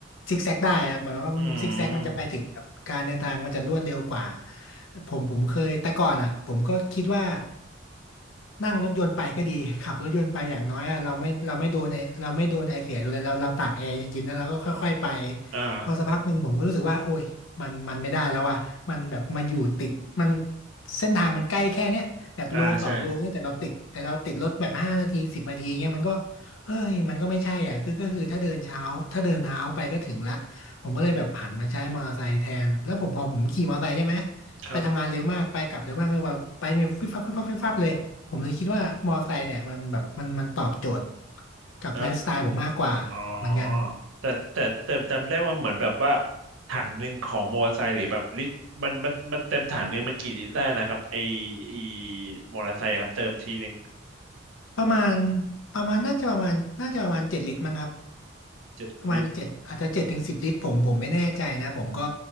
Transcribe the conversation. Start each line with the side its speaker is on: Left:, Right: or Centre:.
Left: ซิกแซกได้ครับหมายความว่ามันซิกแซกมันจะไปถึงแบบการเดินทางมันจะรวดเร็วกว่า
Right: อืม
Left: ผมผมเคยแต่ก่อนอ่ะผมก็คิดว่านั่งรถยนต์ไปก็ดีขับรถยนต์ไปอย่างน้อยอะเราไม่เราไม่โดนไอเราไม่โดนไอเสียดูเลยเราเราตากแอร์เย็นๆแล้วเราก็ค่อยๆไป
Right: อ่า
Left: พอสักพักหนึ่งผมก็รู้สึกว่าโอ้ยมันมันไม่ได้แล้วว่ะมันแบบมาอยู่ติดมันเส้นทางมันใกล้แค่เนี้ยแบบโลสองโลนี่แต่เราติดแต่เราติดรถแบบห้านาทีสิบนาทีเงี้ยมันก็
Right: อ่าใช่
Left: เอ้ยมันก็ไม่ใช่อ่ะคือก็คือถ้าเดินเช้าถ้าเดินเท้าไปก็ถึงละผมก็เลยแบบผันมาใช้มอเตอร์ไซค์แทนแล้วผมพอผมขี่มอเตอร์ไซค์ใช่ไหม
Right: อืมครับ
Left: ไปทำงานเร็วมากไปกลับเร็วมากก็แบบไปเนี่ยฟิบฟับฟิบฟับฟิบฟับเลยผมเลยคิดว่ามอเตอร์ไซค์เนี่ยมันแบบมันมันตอบโจทย์กับไลฟ์สไตล์ผมมากกว่าเหมือนกัน
Right: แล้ว อ๋อแต่แต่แต่จำได้ว่าเหมือนแบบว่าถังหนึ่งของมอเตอร์ไซค์หรือแบบลิตรมันมันมันเต็มถังหนึ่งมันกี่ลิตรได้นะครับไอไอมอเตอร์ไซค์ครับเติมทีหนึ่ง
Left: ประมาณประมาณน่าจะประมาณน่าจะประมาณเจ็ดลิตรมั้งครับ
Right: เจ็ดลิตร
Left: ประมาณเจ็ดอาจจะเจ็ดถึงสิบลิตรผมผมไม่แน่ใจนะผมก็